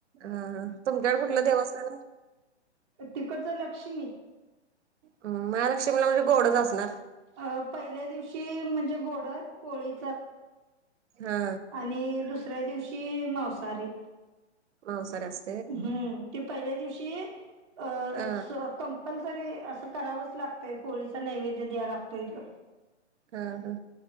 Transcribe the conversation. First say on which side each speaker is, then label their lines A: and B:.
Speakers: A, on the right; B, on the right.
A: हा हा तुमच्या कुठलं देवस्थान?
B: तिकडचा लक्ष्मी
A: हम्म महालक्ष्मीला म्हणजे गोडच असणार.
B: अ पहिल्या दिवशी म्हणजे गोडं पोळी
A: हा.
B: आणि दुसऱ्या दिवशी मावसारी
A: मावसाऱ्यास
B: हम्म ती पहिल्या दिवशी असं
A: हा
B: कं कम्पल्सरी असं करावंच लागतंय पोळीच नैवेद्य द्या लागतोय हिथं.
A: हा हा